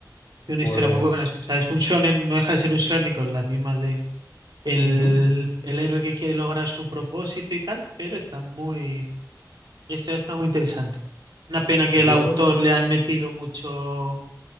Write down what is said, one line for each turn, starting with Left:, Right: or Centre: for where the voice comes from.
Right: Tiene
Left: Pues,
Right: una historia muy buena, es- o sea, es un shonen, no deja de ser un shonen con la misma de el,
Left: ujú.
Right: el héroe que quiere lograr su propósito y tal, pero está muy... Esta está muy interesante. Una pena que el
Left: Yo,
Right: autor le han metido mucho.